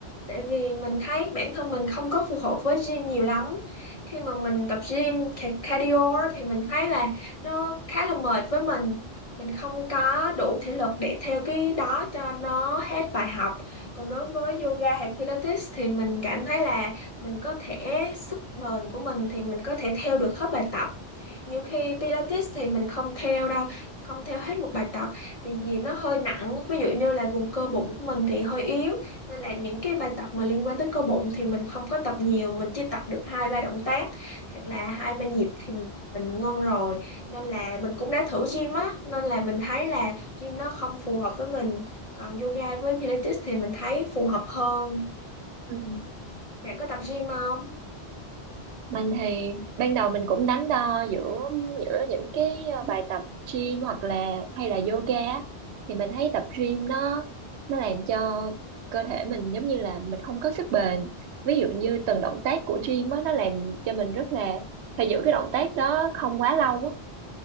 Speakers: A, on the left; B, on the right.
A: tại vì mình thấy bản thân mình không có phù hợp với gym nhiều lắm khi mà mình tập gym ca- cardio á, thì mình thấy là nó khá là mệt với mình mình không có đủ thể lực để theo cái đó cho nó hết bài học còn đối với yoga hay Pilates thì mình cảm thấy là mình có thể sức bền của mình thì mình có thể theo được hết bài tập nhiều khi Pilates thì mình không theo đâu không theo hết một bài tập tại vì nó hơi nặng ví dụ như là vùng cơ bụng của mình thì hơi yếu nên là những cái bài tập mà liên quan tới cơ bụng thì mình không có tập nhiều mình chỉ tập được hai ba động tác hoặc là hai ba nhịp thì mình ngưng rồi nên là mình cũng đã thử gym á nên là mình thấy là gym nó không phù hợp với mình còn yoga với Pilates thì mình thấy phù hợp hơn
B: Ừ.
A: bạn có tập gym không
B: Mình thì ban đầu mình cũng đắn đo giữa giữa những cái ờ, bài tập gym hoặc là hay là yoga á. thì mình thấy tập gym nó nó làm cho cơ thể mình giống như là mình không có sức bền. Ví dụ như từng động tác của gym á nó làm cho mình rất là phải giữ cái động tác đó không quá lâu á.